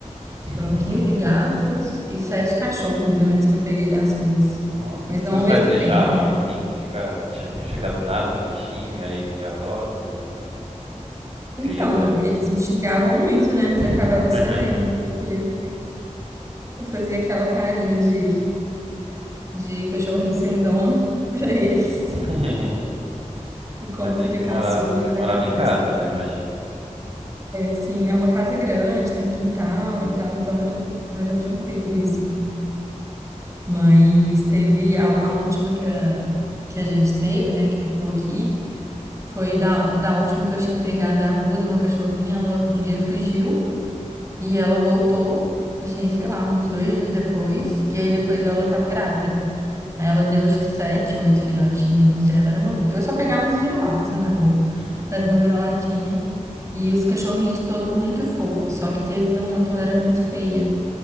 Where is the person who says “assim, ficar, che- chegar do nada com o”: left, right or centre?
Right